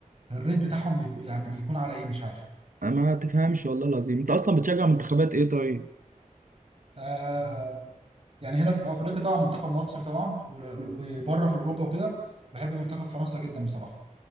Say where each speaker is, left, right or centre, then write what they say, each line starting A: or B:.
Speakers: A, on the right; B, on the right.
A: الريت بتاعهم بيكون يعني بيكون على ايه مش عارف
B: انا ما تفهمش والله العظيم انت اصلا بتشجع منتخبات ايه طيب
A: آه يعني هنا في افريقيا طبعا منتخب مصر طبعا ول- وبره في اوروبا وكده بحب منتخب فرنسا جدا بصراحه